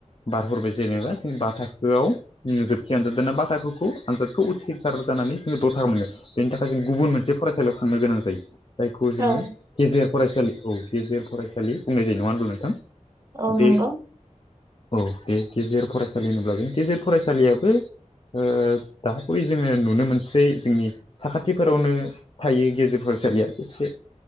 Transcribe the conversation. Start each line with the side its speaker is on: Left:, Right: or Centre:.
Left: बारहरबाय जेनेबा जों बा थाखोआव उम जोबथि आनजाद बा थाखोखौ आनजादखौ उथ्रिसार जानानै जोङो द' थाखो मोनगोन। बेनि थाखाय जों गुबुन मोनसे फरायसालियाव थांनो गोनां जायो। जायखौ जोङो
Right: औ
Left: गेजेर फरायसालि औ गेजेर फरायसालि बुंनाय जायो नङा होनब्ला नोंथां।
Right: औ नंगौ
Left: बे औ बे गेजेर फरायसालि होनोब्ला बे गेजेर फरायसालियाबो ओ दा बै जोङो नुनो मोनसै जोंनि साखाथिफोरावनो थायो गेजेर फरायसालिया एसे